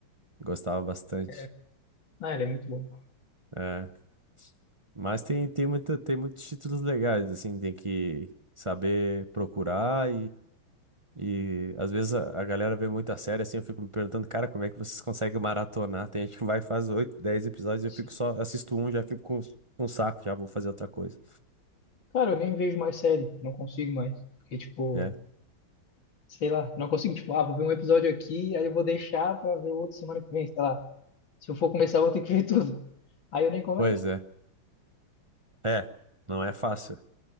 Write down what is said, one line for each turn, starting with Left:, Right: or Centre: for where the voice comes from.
Right: gostava bastante.
Left: É. Ah, ele é muito bom.
Right: É. Mas tem, tem, muita, tem muitos títulos legais, assim, tem que saber procurar E às vezes a, a galera vê muita série assim, eu fico me perguntando, cara, como é que vocês conseguem maratonar? Tem gente que vai e faz oito, dez episódios, eu
Left: Sim.
Right: fico só, assisto um, já fico com, com um saco, já vou fazer outra coisa.
Left: Cara, eu nem vejo mais série, não consigo mais. Porque, tipo,
Right: É,
Left: sei lá, não consigo, tipo, ah, vou ver um episódio aqui, aí eu vou deixar pra ver outro semana que vem, sei lá. Se eu for começar, eu vou ter que ver tudo. Aí eu nem começo.
Right: pois é. É, não é fácil.